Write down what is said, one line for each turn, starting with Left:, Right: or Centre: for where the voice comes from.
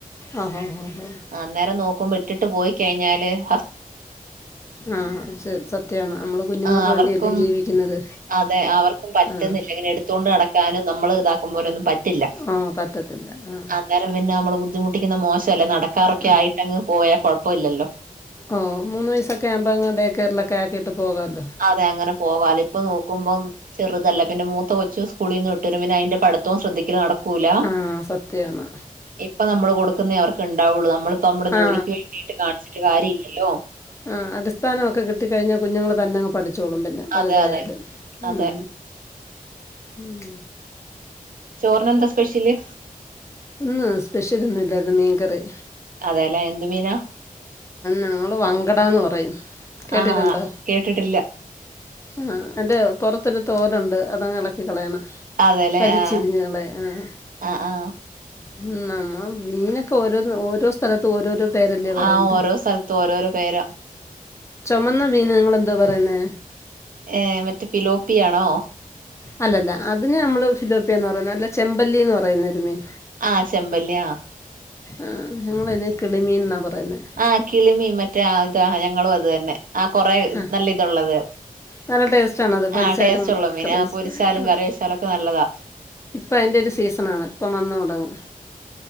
Left: ആഹ് ആഹ് ആഹ്
Right: അന്നേരം നോക്കുമ്പോ ഇട്ടിട്ട് പോയി കഴിഞ്ഞാല് ഹസ്
Left: ആഹ് ശെരി സ ത്യാണ് നമ്മള് കുഞ്ഞുങ്ങൾക്ക്
Right: ആഹ് അവർക്കും
Left: വേണ്ടിയല്ലേ ജീവിക്കുന്നത്
Right: അതെ അവർക്കും പറ്റുന്നില്ല
Left: ആഹ്
Right: ഇങ്ങനെ എടുത്തോണ്ട് നടക്കാനും നമ്മള് ഇതാക്കും പോലൊന്നും പറ്റില്ല
Left: ആ പറ്റത്തില്ല ആ
Right: അന്നരം പിന്നെ നമ്മള് ബുദ്ധിമുട്ടിക്കുന്ന മോശമല്ലെ നടക്കാറൊക്കെ
Left: ആ
Right: ആയിട്ട്ങ്ങ് പോയാൽ കുഴപ്പമില്ലല്ലോ
Left: ഓ മൂന്ന് വയസക്കെ ആകുമ്പോൾ അങ്ങ് ഡേകേയറിലൊക്കെ ആക്കിയിട്ട് പോകാല്ലോ
Right: അതെ അങ്ങനെ പോകാല്ലോ ഇപ്പൊ നോക്കുമ്പം ചെറുതല്ല പിന്നെ മൂത്ത കൊച്ചു സ്കൂളിൽ നിന്ന് വിട്ട് വരുമ്പോ പിന്നെ അയ്ന്റെ പഠിത്തവും ശ്രദ്ധിക്കല് നടക്കു ക്കൂല
Left: ആ സത്യമാണ്
Right: ഇപ്പ നമ്മൾ കൊടുക്കുന്ന അവർക്ക് ഉണ്ടാവുള്ളൂ നമ്മള് ഇപ്പം നമ്മുടെ
Left: ആ
Right: ജോലിക്ക് വേണ്ടിയിട്ട് കാണിച്ചിട്ട് കാര്യല്ലല്ലോ
Left: ആഹ് അടിസ്ഥാനമക്കെ കിട്ടി കഴിഞ്ഞാ കുഞ്ഞുങ്ങള് തന്നെങ് പഠിച്ചോളും പിന്നെ വലുതായാല്
Right: അതെ അതെ
Left: ഉം
Right: അതെ
Left: ഉം
Right: ചോറിനെന്താ സ്പെഷ്യല്
Left: ഇന്ന് സ്പെഷ്യൽ ഒന്നും ഇല്ലായിരുന്നു മീൻകറി
Right: അതെല്ലെ എന്ത് മീനാ
Left: ഞങ്ങള് വങ്കടന്ന് പറയും കേട്ടിട്ടുണ്ടോ
Right: ആഹ് കേട്ടിട്ടില്ല
Left: ആഹ് അന്റെ പുറത്തരു തോലുണ്ട് അതങ്ങ് ഇളക്കി കളയണം
Right: അതെല്ലെ
Left: വലിച്ചിരിഞ്ഞുകളെയ്
Right: ആഹ്
Left: ആഹ്
Right: ആഹ് ആഹ്
Left: ഉം നമ്മ മീനൊക്കെ ഓരോ ഓരോ സ്ഥലത്ത് ഓരോരോ പേരല്ലേ പറയുന്നത്
Right: ആഹ് ഓരോ സ്ഥലത്തും ഓരോരോ പേരാ
Left: ചുമന്ന മീനങ്ങൾ എന്താ പറയുന്നേ
Right: ഏ മറ്റേ പിലോപ്പിയാണോ
Left: അല്ലല്ല അതിന് നമ്മള് ഫിലോപ്പിയന്ന് പറയുന്ന അല്ല ചെമ്പല്ലിന്ന് പറയുന്നൊ ഒരു മീൻ
Right: ആഹ് ചെമ്പല്ലി ആഹ്
Left: ആഹ് ഞങ്ങളതിനെ കിളിമീൻ ന്നാ പറയുന്നെ..
Right: ആഹ് കിളിമിൻ മറ്റേ ഇതാ ഞങ്ങളും അത് തന്നെ ആ കൊറെ
Left: ആ
Right: നല്ല ഇതുള്ളത്..
Left: നല്ല ടേസ്റ്റാണത് പൊരിച്ചാലും
Right: ആഹ് ടേസ്റ്റ് ഉള്ളൂ മീന്
Left: കറി
Right: അ
Left: വെച്ചാലും
Right: പൊരിച്ചാലും കറി വെച്ചാലൊക്കെ നല്ലതാ..
Left: ഇപ്പൊ അയിന്റെ ഒരു സീസൺ ആണ് ഇപ്പ വന്ന് തുടങ്ങും